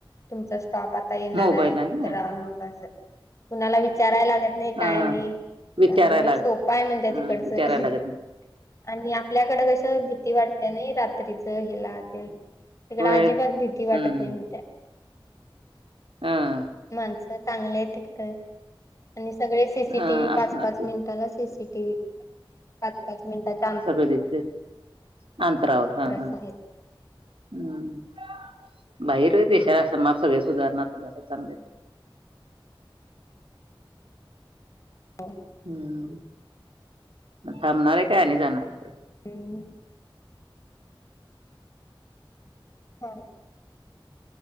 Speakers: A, on the left; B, on the right.
A: तुमचा स्टाफ आ आता येणार
B: मोबाईलला
A: आहे
B: नाही ह
A: राहम्हणून अस कुणाला विचारायला तेन नाही काय
B: ह
A: नाही
B: विचारायला
A: त्यामुळ सोपा आहे म्हणत
B: ह
A: तिकडचं.
B: विचारायला लागत
A: आणि आपल्याकडे कस भीती वाटते ना रात्रीच हिला ते. तिकडे
B: होय
A: अजिबात भीती वाटत
B: हम्म
A: नाही म्हणत
B: हम्म
A: माणसं चांगले तिकड तर आणि सगळे सी सी
B: हा
A: टीव्ही
B: हा
A: पाच
B: असणार
A: पाच
B: ते
A: मिनिटाला सी सी टीव्ही पाच पाच मिनिटात
B: सगळे दिसतय अंतरावर हा
A: असं
B: हा.
A: आहेत.
B: हम्म बाहेर देशाला समाप सगळे सुधारणा तर झाले चांगले
A: हा
B: हम्म मग थांबणार आहे काय आणि जाणार परत? आहे.
A: हम् हा.